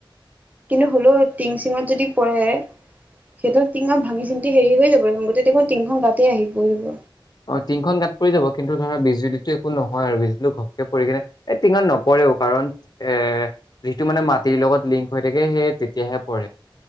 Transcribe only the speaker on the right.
কিন্তু হ'লেও টিং চিঙত যদি পৰে সেইটো টিঙত ভাঙি চিন্তি হেৰি হৈ যাব লাগিব গোটেই দেখোন তিনিখন গাতে আহি পৰিব